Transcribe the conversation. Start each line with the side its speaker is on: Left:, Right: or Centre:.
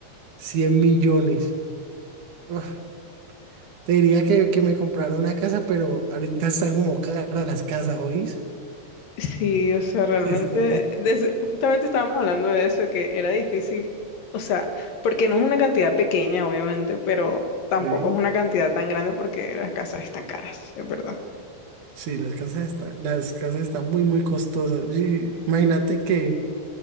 Right: 100 millones. Uf, te diría que, que me compraron una casa, pero ahorita están como caras las casas, ¿oís?
Left: Sí, o sea, realmente,
Right: <laughs> Está tan-
Left: desde- justamente estábamos hablando de eso, de que era difícil, o sea, porque no es una cantidad pequeña, obviamente, pero tampoco
Right: Sí,
Left: es una cantidad tan grande porque las casas están caras, es verdad.
Right: sí, las casas están, las casas están muy, muy costosas. Y Imagínate que